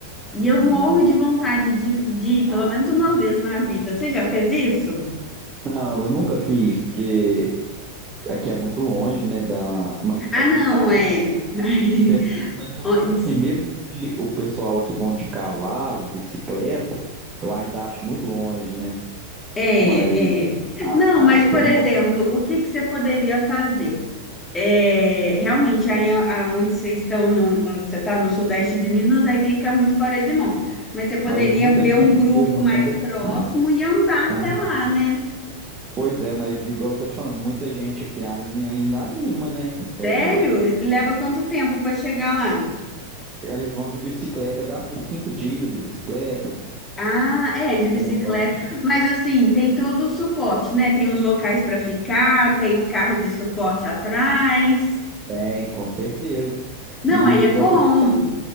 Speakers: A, on the left; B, on the right.
A: E eu
B: no-
A: morro de vontade de, de ir
B: Ah,
A: pelo menos
B: tem
A: uma
B: que ir.
A: vez na vida. Você já fez isso?
B: Não, eu nunca fiz, porque aqui é muito longe, né? Da... Mas
A: Ah,
B: aqui
A: não,
B: sai.
A: é.
B: muito.
A: <laughs>
B: Pe- Mas eu
A: Antes-
B: falo assim, mesmo de o pessoal aqui vão de cavalo, bicicleta, eu ainda acho muito longe, né?
A: É,
B: Mas
A: é.
B: a,
A: Não, mas,
B: a fé
A: por
B: move,
A: exemplo, o que que você poderia fazer? É, realmente, aí a- aonde vocês estão, no, no- você está no sudeste de Minas, aí fica muito fora de mão. Mas você poderia
B: mas muita
A: ver
B: gente
A: um grupo
B: mesmo
A: mais
B: assim ainda.
A: próximo
B: Ah,
A: e andar
B: aham.
A: até lá, né?
B: Pois é, mas igual eu tô te falando, muita gente aqui ani- ainda anima, né? É,
A: Sério? Leva quanto tempo para chegar lá?
B: eles vão de bicicleta, gastam uns cinco dias de bicicleta,
A: Ah, é, de bicicleta.
B: uns vão
A: Mas assim, tem todo o suporte, né? Tem os locais para ficar, tem o carro de suporte atrás.
B: bem, com certeza.
A: Não,
B: E
A: aí
B: igual
A: é bom,
B: eu